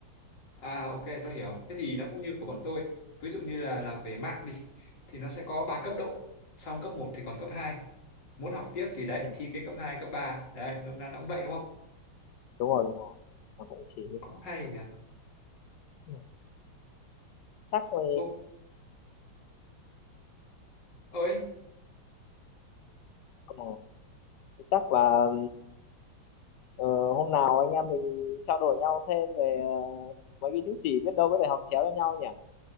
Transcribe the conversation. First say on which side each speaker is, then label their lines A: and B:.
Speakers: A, on the left; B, on the left.
A: à ok tôi hiểu. Thế thì nó cũng như của bọn
B: ừ.
A: tôi. Ví dụ như là làm về mạng đi thì nó sẽ có 3 cấp độ. Xong cấp một thì còn cấp hai Muốn học tiếp thì đấy
B: Ừ.
A: thi cái cấp hai cấp ba Đấy, nôm na nó cũng vậy đúng không?
B: đúng rồi đúng rồi nó cũng chỉ
A: Ừ,
B: như
A: Cũng
B: thế
A: hay nhỉ.
B: ừ. chắc là
A: Ô, ơi,
B: ờ, chắc là Ờ, hôm nào anh em mình trao đổi nhau thêm về ờ, mấy cái chứng chỉ biết đâu có thể học chéo cho nhau nhỉ